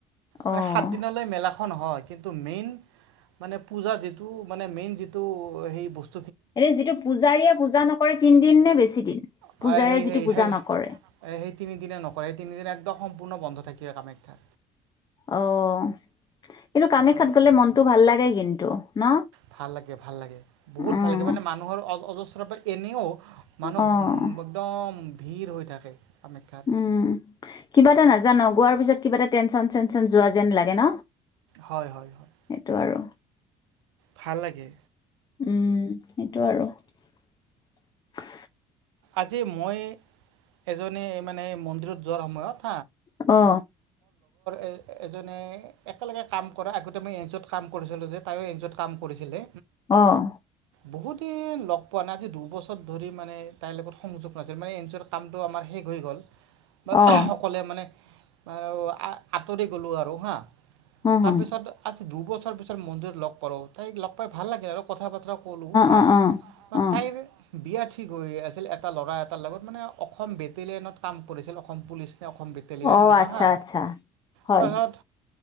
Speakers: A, on the left; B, on the right.
A: অঁ
B: মানে সাতদিনলৈ মেলা অ নহয়, কিন্তু মেইন মানে পূজা যিটো মানে মেইন যিটো হেৰি বস
A: এই যিটো পূজাৰীয়ে পূজা নকৰে তিনদিন নে বেছি দিন,
B: অ
A: পূজাৰীয়ে
B: সেই
A: যিটো
B: সেই
A: পূজা
B: সেই
A: নকৰে।
B: সেই তিনিদিনা নকৰে এই তিনিদিন একদম সম্পূৰ্ণ বন্ধ থাকে কামাখ্যা।
A: অঅঅ। কিন্তু কামাখ্যাত
B: এইটো
A: গ'লে মনটো ভাল লাগে কিন্তু, ন
B: ভাল লাগে ভাল লাগে বহুত
A: উম,
B: ভাল লাগে মানে মানুহৰ অজস্ৰ থোৰা বাত এনেও। মানুহ
A: অঁ
B: বুওওম একদম। ভিৰ হৈ থাকে। কামাখ্যাত
A: উম, ' কিবা এটা নাজা যাৰ নগোৱাৰ পিছত কিবা এটা টেনচন চেনচন যোৱা যেন লাগে ন।
B: হয় হয় হয়
A: সেইটো আৰু
B: ভাল লাগে।
A: উম, সেইটো আৰু ফুচ।
B: আজি মইয়ে এজনীয়ে মানে মন্দিৰত যোৱাৰ সময়ত।
A: অ।
B: এই এজনে একেলগে কাম কৰা আগতে মই এন-জি-ও ত কাম কৰিছিলোঁ যে, তাইও এন- জি- ও ত কাম কৰিছিলে।
A: অ অ।
B: বহুদিন লগ পোৱা নাই আজি দুবছৰ ধৰি মানে তাইৰ লগত সংযোগ নাছিল। মানে এন-জি-ও ত কামটো আমাৰ শেষ হৈ গ'ল। বা,
A: অঁ
B: আহ্ অকলে মানে। তাই আৰু আ আঁতৰি গ'লো আৰু হা।
A: অঁ
B: তাৰপিছত
A: অঁ
B: আজি দু দুবছৰ পিছত মন্দিৰত লগ পালোঁ, তাইক লগ পাই ভাল লাগে আৰু কথা বতৰা কলোঁ হা,
A: অঁ অঁ
B: ম
A: অঁ
B: তাইৰ বিয়া ঠিক হৈয়ে আছে। আছিল এটা ল'ৰা এটাৰ লগত মানে অসম বেটেলিয়নত কাম কৰিছিল অসম পুলিচ অসম বেটেলিয়ন
A: অঁ
B: কিবা
A: আচ্ছা
B: হা
A: আচ্ছা হয়
B: তাৰ ঘৰত